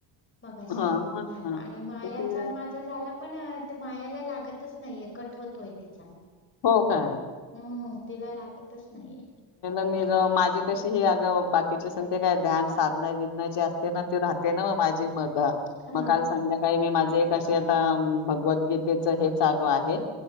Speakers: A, on the left; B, on the left.
A: मगाशी,
B: हा मग हा
A: आणि मायाच
B: तसे
A: माझा झाला पण ते मायाला लागतच नाहीय कट <unintelligible>
B: हो का
A: हम्म तिला लागतच नाहीये
B: मी <unintelligible> माझी कशी ह बाकीच्या संग काय ध्यान साधना विधना जे असते ना, ते राहते ना मग माझी मग
A: हा
B: मग काल संध्याकाळी मी माझे क आता भगवद्गीतेच हे चालू आहे